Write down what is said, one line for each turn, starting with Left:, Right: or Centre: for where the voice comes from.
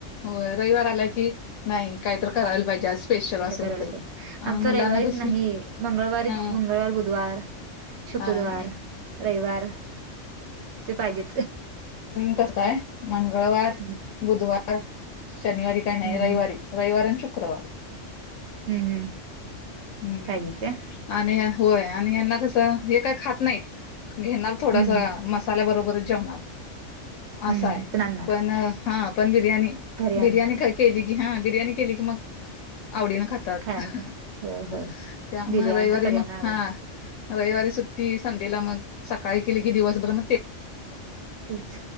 Left: हो रविवार आला की नाही कायत करायला पाहिजे आज स्पेशल असं
Right: करायला
Left: होतंय
Right: आमच्या
Left: आणि
Right: तर
Left: मुलांना
Right: रविवारीच
Left: कशी
Right: नाही मंगळवारी
Left: हा
Right: मंगळवार बुधवार शुक्रवार
Left: हा हा
Right: रविवार ते पाहिजे
Left: तसाय मंगळवार
Right: हम्म
Left: बुधवार शनिवारी काय नाही रविवारी
Right: हं.
Left: रविवार आणि शुक्रवार
Right: ह ह
Left: हम्म
Right: काहिजस का
Left: आणि होय आणि हना कसं हे काय खात नाहीत घेणार थोडासा
Right: हं, हं.
Left: मस्त आल्यावर बरोबर जेवणार
Right: ह
Left: असा आहे
Right: नाद
Left: पण हा पण बिर्याणी
Right: आणणार.
Left: बिर्याणी खाईन केली की हां बिर्याणी केली की मग आवडीनं खा तात
Right: खाणार का? हो,
Left: त्यामुळं
Right: हो. बिर्याणी
Left: रविवारी
Right: तर सगळ्यांना
Left: मग
Right: आवडते.
Left: हां रविवारी सुट्टी संडेला मग सकाळी केली की दिवसभर मग ते
Right: तेच